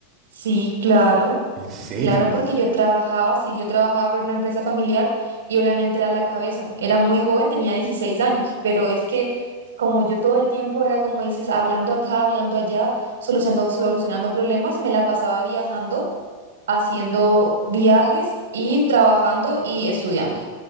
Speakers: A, on the right; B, on the right.
A: Sí, claro,
B: ¿En Sí. serio?
A: claro, porque yo trabajaba, sí, yo trabajaba en una empresa familiar y obviamente era la cabeza. Era muy joven, tenía 16 años, pero es que como yo todo el tiempo era, como dices, hablando acá, hablando allá, solucionando, solucionando problemas, me la pasaba viajando. haciendo viajes y trabajando y estudiando.